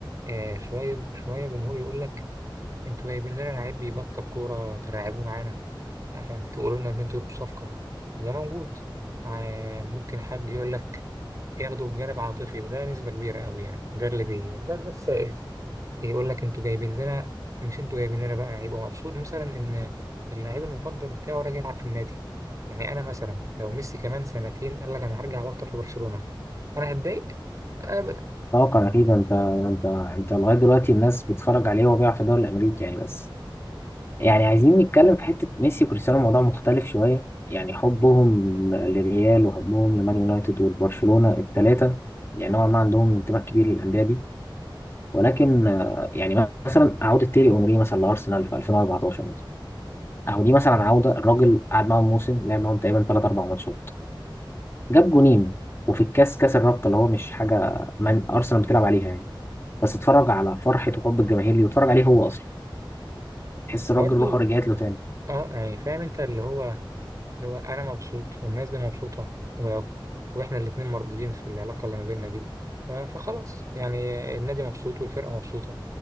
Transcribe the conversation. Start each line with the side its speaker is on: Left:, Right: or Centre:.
Right: آه شوية شوية جمهور يقول لك انتوا جايبين لنا لعيب بيبطل كورة تلعبوه معانا عشان تقولوا لنا ان انتوا جبتوا صفقة وده موجود آه، ممكن حد يقول لك ياخده بجانب عاطفي وده نسبة كبيرة قوي يعني ده اللي بي ده ده السائد يقول لك انتوا جايبين لنا مش انتوا جايبين لنا بقى هيبقى مبسوط مثلا ان اللعيب المفضل بتاعه راجع يلعب في النادي يعني انا مثلا لو ميسي كمان سنتين قال لك انا هرجع ابطل في برشلونة انا هتضايق ابدا
Left: طاقة أكيد أنت أنت أنت لغاية دلوقتي الناس بتتفرج عليه وهو بيلعب في الدوري الأمريكي يعني بس يعني عايزين نتكلم في حتة ميسي وكريستيانو موضوع مختلف شوية يعني حبهم للريال وحبهم لمان يونايتد والبرشلونة الثلاثة يعني نوعا ما عندهم انتماء كبير للأندية دي ولكن آه، يعني مثلا أعود التيري أونري مثلا لأرسنال في 2014 اهو دي مثلا عوده الراجل قعد معاهم موسم لعب معاهم تقريبا ثلاث اربع ماتشات جاب جونين وفي الكاس كاس الرابطه اللي هو مش حاجه من ارسنال بتلعب عليها يعني بس اتفرج على فرحه وحب الجماهير ليه واتفرج عليه هو اصلا تحس الراجل
Right: برضو
Left: روحه رجعت له تاني
Right: اه يعني فاهم انت اللي هو اللي هو أنا مبسوط والناس دي مبسوطة و... وإحنا الاتنين مرضيين في العلاقة اللي ما بيننا دي ف... فخلاص يعني النادي مبسوط والفرقة مبسوطة